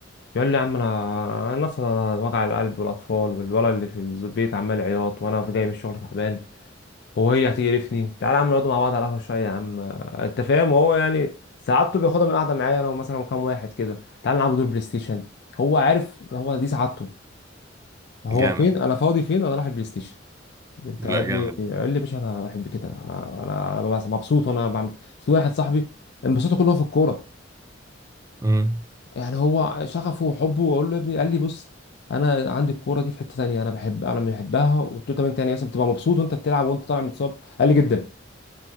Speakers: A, on the left; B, on the right.
A: يقول لي يا عم أنا أنا أصلا وجع القلب والأطفال والولد اللي في البيت عمال عياط وأنا جاي من الشغل تعبان وهي هتقرفني تعالى يا عم نقعد مع بعض على القهوه شويه يا عم آه، انت فاهم وهو يعني سعادته بياخدها من القعده معايا انا ومثلا كام واحد كده تعالى نلعب دور بلاي ستيشن هو عارف هو دي سعادته هو
B: جامد
A: فين انا فاضي فين انا رايح البلاي ستيشن انت
B: لا
A: يا ابني
B: جامد
A: قال
B: جامد
A: لي يا باشا انا بحب كده انا انا انا ببقى مبسوط وانا بعمل كده في واحد صاحبي انبساطه كله في الكوره
B: مم.
A: يعني هو شغفه وحبه اقول له يا ابني قال لي بص انا عندي الكوره دي في حته تانيه انا بحب انا بحبها وقلت له طب انت يعني مثلا بتبقى مبسوط وانت بتلعب وانت طالع متصاب قال لي جدا